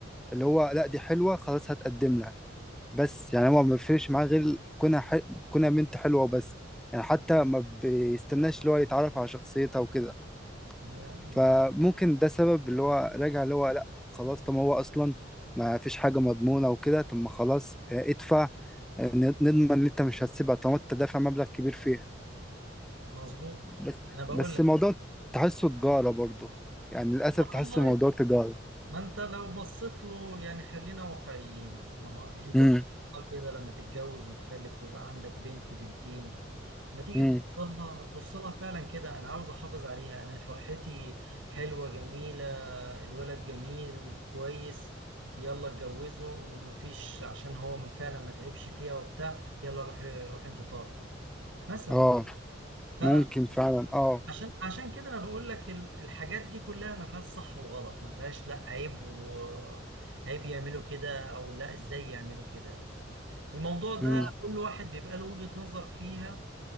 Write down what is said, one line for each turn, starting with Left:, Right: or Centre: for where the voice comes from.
Centre: اللي هو لا دي حلوه خلاص هتقدم لها بس يعني هو ما بيفرقش معاه غير كونها ح... كونها بنت حلوه بس يعني حتى ما بيستناش اللي هو يتعرف على شخصيتها وكده
Right: ما
Centre: فممكن
Right: ما هو
Centre: ده سبب اللي هو راجع اللي هو لا خلاص طب ما هو اصلا ما فيش حاجه مضمونه وكده طب ما خلاص آه، ادفع آه، ن- نضمن ان انت مش هتسيبها طالما انت دافع مبلغ كبير فيها
Right: مظبوط
Centre: بس
Right: انا بقول
Centre: بس
Right: لك
Centre: الموضوع تحسه تجارة برضه يعني للأسف
Right: لا
Centre: تحس
Right: والله
Centre: الموضوع تجارة
Right: ما انت لو بصيت له يعني خلينا واقعيين ما هو انت
Centre: امم
Right: ان شاء الله كده لما تتجوز وتخلف ويبقى عندك بنت بنتين ما تيجي
Centre: امم
Right: تبص لها تبص لها فعلا كده انا عاوز احافظ عليها انا فرحتي حلوه جميله الولد جميل كويس يلا اتجوزه ومفيش عشان هو ما- فعلا ما تعبش فيها وبتاع يلا روح روح انت طالق مثلا
Centre: اه
Right: ف
Centre: ممكن فعلا اه
Right: عشان عشان كده انا بقول لك ال- الحاجات دي كلها ما فيهاش صح وغلط ما فيهاش لا عيب و عيب يعملوا كده او لا ازاي يعملوا كده الموضوع ده
Centre: امم
Right: كل واحد بيبقى له وجهة نظر فيها